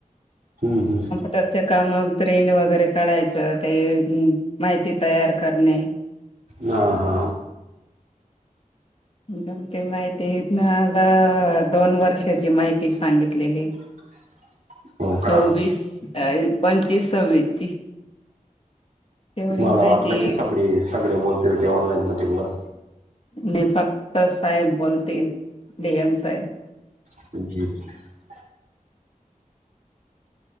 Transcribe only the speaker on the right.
हम्म हम्म.
ह हा.
<inaudible> का
मला
वाटलं की सगळे सगळे बोलतील ते ऑनलाईन मिीटिंग वर.
<unintelligible>